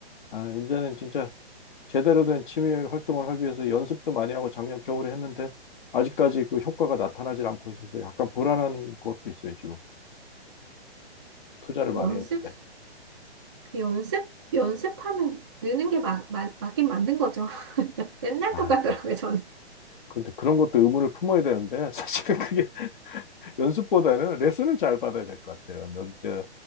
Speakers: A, on the left; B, on the right.
A: 아, 이제는 진짜 제대로 된 취미 활동을 하기 위해서 연습도 많이 하고 작년 겨울에 했는데, 아직까지 그 효과가 나타나질 않고 있어서 약간 불안한 것도 있어요, 지금. 투자를 많이
B: 연습?
A: 했는데.
B: 그 연습? 연습하면 느는 게 막, 막, 맞긴 맞는 거죠. <laughs> 맨날
A: 아,
B: 똑같더라고요,
A: 그-
B: 저는.
A: 근데 그런 것도 의무를 품어야 되는데 <laughs> 사실은 그게 연습보다는 레슨을 잘 받아야 될 것 같아요. 넌 이제